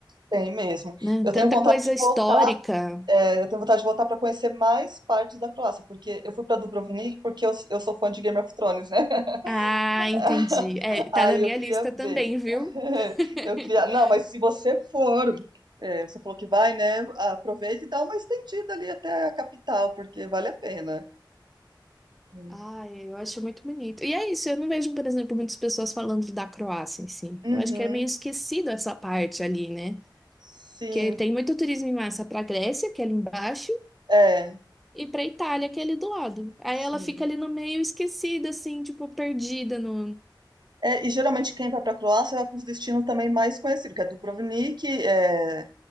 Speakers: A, on the right; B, in the centre.
A: tem mesmo.
B: né?
A: Eu tenho
B: Tanta
A: vontade
B: coisa
A: de voltar,
B: histórica.
A: é, eu tenho vontade de voltar para conhecer mais partes da Croácia, porque eu fui para Dubrovnik porque eu, eu sou fã de Game of Thrones, né?
B: Ah,
A: <laughs>
B: entendi. É, tá
A: Aí
B: na minha
A: eu queria
B: lista também,
A: ver.
B: viu?
A: <laughs>
B: <laughs>
A: Eu queria. Não, mas se você for, é, você falou que vai, né? Aproveita e dá uma estendida ali até a capital, porque vale a pena. Hum.
B: Ai, eu acho muito bonito. E é isso, eu não vejo, por exemplo, muitas pessoas falando da Croácia em si.
A: Uhum.
B: Eu acho que é meio esquecido essa parte ali, né?
A: Sim,
B: Porque tem muito turismo em massa para a Grécia, que é ali embaixo.
A: é,
B: e pra Itália, que é ali do lado. Aí
A: sim.
B: ela fica ali no meio esquecida, assim, tipo, perdida no
A: É, e geralmente quem vai para a Croácia vai para os destinos também mais conhecidos, que é Dubrovnik, é,